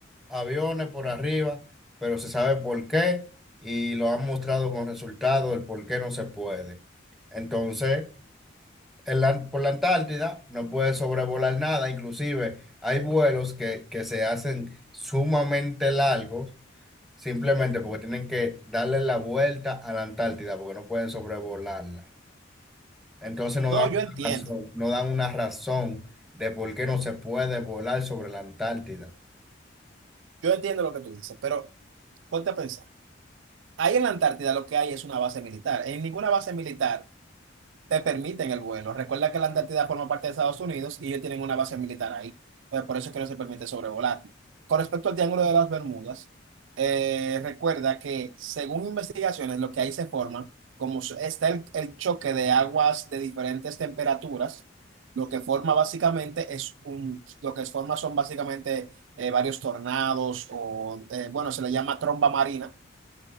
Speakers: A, in the centre; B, on the right.
A: aviones por arriba, pero se sabe por qué y lo han mostrado con resultados el por qué no se puede. Entonces, en la- por la Antártida no puede sobrevolar nada, inclusive hay vuelos que, que se hacen sumamente largos simplemente porque tienen que darle la vuelta a la Antártida porque no pueden sobrevolarla. Entonces no
B: No,
A: dan
B: yo
A: una
B: entiendo.
A: razón, no dan una razón de por qué no se puede volar sobre la Antártida.
B: Yo entiendo lo que tú dices, pero ponte a pensar. Ahí en la Antártida lo que hay es una base militar. En ninguna base militar te permiten el vuelo. Recuerda que la Antártida forma parte de Estados Unidos y ellos tienen una base militar ahí. Pues por eso es que no se permite sobrevolar. Con respecto al Triángulo de las Bermudas, eh, recuerda que según investigaciones, lo que ahí se forma, como s- está el, el choque de aguas de diferentes temperaturas, lo que forma básicamente es un, lo que forma son básicamente eh, varios tornados o, eh, bueno, se le llama tromba marina